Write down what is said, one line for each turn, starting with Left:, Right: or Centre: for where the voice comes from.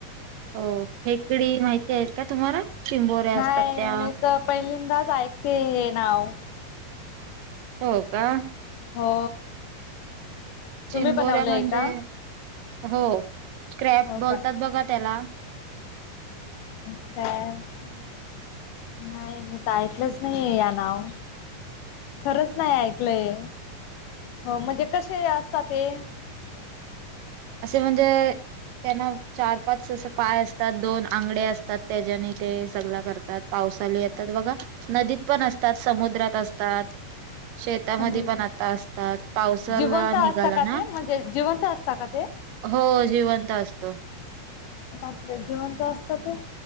Right: हो खेकडी माहिती आहे का? तुम्हाला चिंबोऱ्या
Left: नाही
Right: असतात त्या
Left: मी तर पहिल्यांदाच ऐकते हे नाव
Right: हो का,
Left: हो तुम्ही
Right: चिंबोऱ्या
Left: बनवलंय
Right: म्हणजे
Left: का?
Right: हो स््रॅप
Left: हो
Right: बोलतात
Left: का
Right: बघा त्याला
Left: इकय <inaudible> नाही मी तर ऐकलंच नाही या नाव खरंच नाही ऐकलंय हो म्हणजे कसे असतात ते
Right: असे म्हणजे त्यांना चार पाच अस पाय असतात दोन आंगडे असतात त्याच्याने ते सगळ करतात. पावसाला येतात बघा नदीत पण असतात समुद्रात असतात. शेतामध्ये
Left: समज
Right: पण आता असतात पावसाला
Left: जिवंत असता
Right: निघाला
Left: का
Right: ना.
Left: ते म्हणजे जिवंत असतात का ते
Right: हो जिवंत असतो.
Left: आपपडे जीवंत असत ते